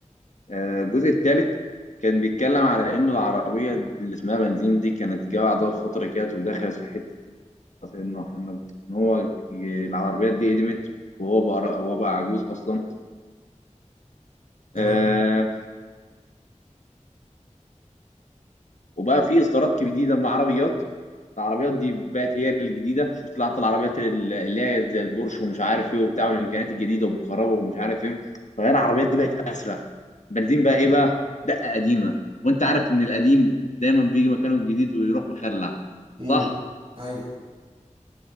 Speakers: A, on the left (about 70°); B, on the right (about 45°).
A: آه، الجزء الثالث كان بيتكلم على انه العربيه اللي اسمها بنزيم دي كانت جايه بعدها بفتره كده ودخلت في حته سيدنا محمد ان هو ي- العربيات دي قدمت وهو بقى را- هو بقى عجوز اصلا
B: تمام
A: آه وبقى في اصدارات جديده من العربيات العربيات دي بقت هي الجديده شفت لعنة العربيات ال- اللي هي زي البورش ومش عارف ايه وبتاع والامكانيات الجديده وبالكهرباء ومش عارف ايه فهي العربيات دي بقت اسرع بنزين بقى ايه بقى دقه قديمه وانت عارف ان القديم دايما بيجي مكانه الجديد ويروح مخلع
B: امم
A: صح
B: ايوه